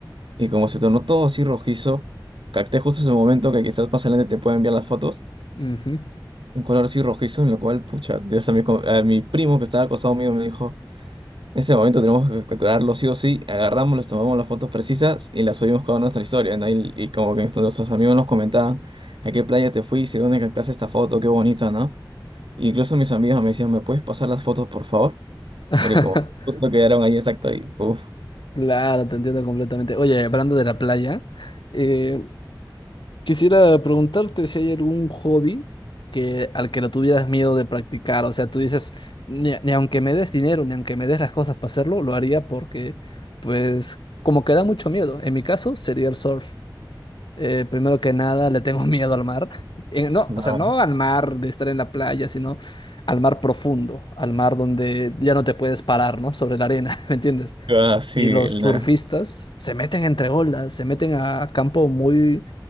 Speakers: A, on the right; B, on the left.
A: Y como se tornó todo así rojizo, capté justo ese momento que quizás más adelante te pueda enviar las fotos
B: Ujú.
A: un color así rojizo, en lo cual, pucha, de eso a mi, co- a mi primo que estaba acostado mío me dijo, ese momento tenemos que capturarlo sí o sí, agarramos, les tomamos las fotos precisas y las subimos cada una a nuestra historia, ¿no? Y, y como que nuestros nuestros amigos nos comentaban, ¿a qué playa te fuiste? ¿Dónde captaste esta foto? Qué bonita, ¿no? Y incluso mis amigos me decían, ¿me puedes pasar las fotos, por favor?
B: <laughs>
A: Porque como justo quedaron ahí exacto y, puf,
B: Claro, te entiendo completamente. Oye, hablando de la playa, eh, Quisiera preguntarte si hay algún hobby que, al que no tuvieras miedo de practicar. O sea, tú dices, ni, ni aunque me des dinero, ni aunque me des las cosas para hacerlo, lo haría porque, pues, como que da mucho miedo. En mi caso, sería el surf. Eh, primero que nada, le tengo <laughs> miedo al mar. <laughs> Eh, no,
A: Claro.
B: o sea, no al mar de estar en la playa, sino al mar profundo, al mar donde ya no te puedes parar, ¿no? Sobre la arena, <laughs> ¿me entiendes?
A: Ah, sí,
B: Y los
A: la-
B: surfistas se meten entre olas, se meten a campo muy